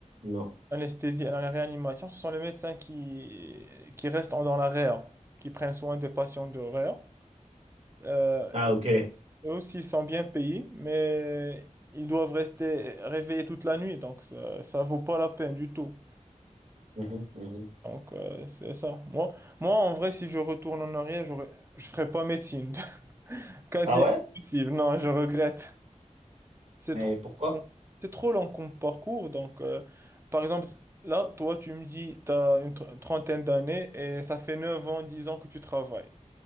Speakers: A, on the right; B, on the right.
A: non.
B: l'anesthésie, la réanimation, ce sont les médecins qui, qui restent dans la réa, qui prennent soin des patients de réa. Euh,
A: Ah, ok.
B: Eux aussi sont bien payés, mais ils doivent rester réveillés toute la nuit, donc ça, ça vaut pas la peine du tout.
A: Mhm, mhm.
B: Donc euh, c'est ça. Moi, moi, en vrai, si je retourne en arrière, j'aurais- je ferais pas médecine. <laughs> Quasi
A: Ah ouais?
B: impossible. Non, je regrette. C'est
A: Mais
B: trop,
A: pourquoi?
B: c'est trop long comme parcours. Donc, euh, par exemple, là, toi, tu me dis, tu as une tr- trentaine d'années et ça fait 9 ans, 10 ans que tu travailles.